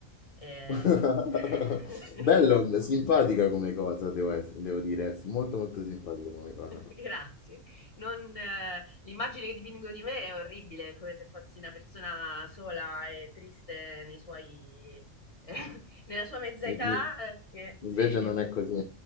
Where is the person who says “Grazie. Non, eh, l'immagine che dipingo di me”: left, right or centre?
Left